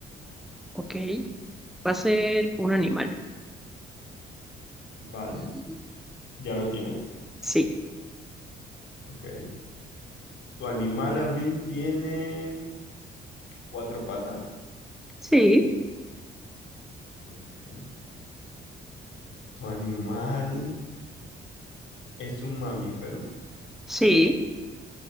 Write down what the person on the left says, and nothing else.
Vale,
¿ya lo tienes?
Ok. Tu animal, Abril, tiene... Cuatro patas.
Ok. ¿Tu animal es un mamífero?